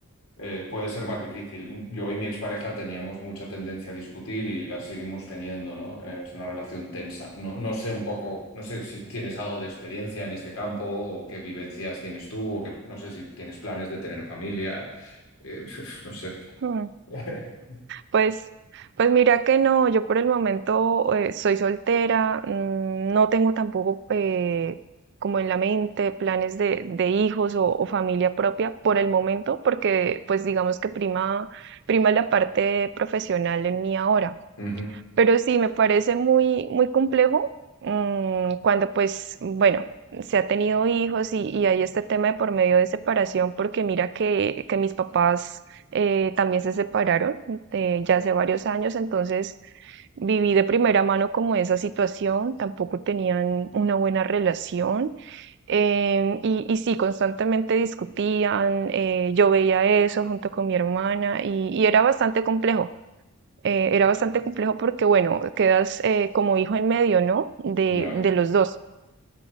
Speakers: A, on the left; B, on the right.
A: eh, puede ser más difícil. Yo y mi expareja teníamos mucha tendencia a discutir y la seguimos teniendo, ¿no? Eh, es una relación tensa. No, no sé un poco, no sé si tienes algo de experiencia en este campo o qué vivencias tienes tú o que no sé si tienes planes de tener familia, eh, <laughs> no sé.
B: Hmm,
A: <laughs>
B: Pues, pues mira que no, yo por el momento eh, soy soltera, mm, no tengo tampoco eh, como en la mente planes de, de hijos o, o familia propia por el momento, porque pues digamos que prima, prima la parte profesional en mí ahora.
A: Ujú,
B: Pero sí, me parece muy, muy complejo mm, cuando pues, bueno, se ha tenido hijos y, y hay este tema de por medio de separación, porque mira que, que mis papás eh, también se separaron de- ya hace varios años, entonces viví de primera mano como esa situación, tampoco tenían una buena relación. Em, y, y sí, constantemente discutían, eh, yo veía eso junto con mi hermana y, y era bastante complejo eh, era bastante complejo porque, bueno, quedas eh, como hijo en medio, ¿no? De,
A: Ya.
B: de los dos.